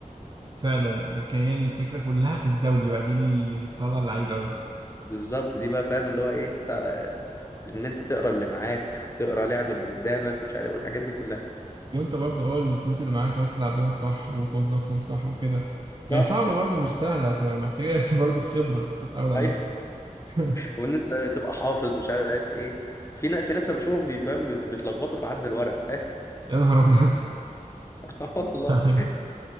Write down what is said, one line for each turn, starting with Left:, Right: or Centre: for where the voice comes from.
Right: فعلا كان هي الفكرة كلها في الزوجي بقى دي اللي بتطلع اللعيب قوي
Left: بالظبط دي بقى فاهم اللي هو ايه تا- ان انت تقرا اللي معاك تقرا لعب اللي قدامك مش عارف والحاجات دي كلها
Right: وانت برضو اه الكروت اللي معاك تعرف تلعب بيهم صح وتوظفهم صح وكده هي
Left: صح
Right: صعبة
Left: صح
Right: برضو مش سهلة فمحتاجة <laughs> برضو خبرة تتعود عليها
Left: ايوه
Right: <laughs>
Left: وان انت تبقى حافظ ومش عارف ايه في نا- في ناس بشوفهم بيفهم بي- بيتلخبطوا في عد الورق فاهم
Right: يا نهار أبيض
Left: <laughs> آه
Right: <laughs>
Left: والله
Right: أيوة.